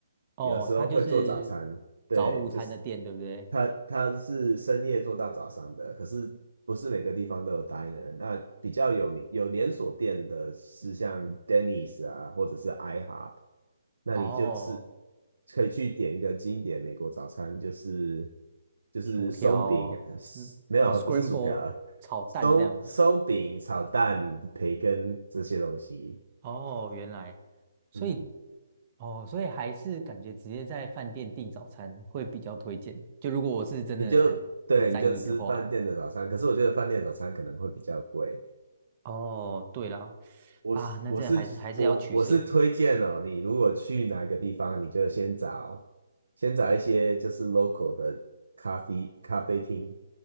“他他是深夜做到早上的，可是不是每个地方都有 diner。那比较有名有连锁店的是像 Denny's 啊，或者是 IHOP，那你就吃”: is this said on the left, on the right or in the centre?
Right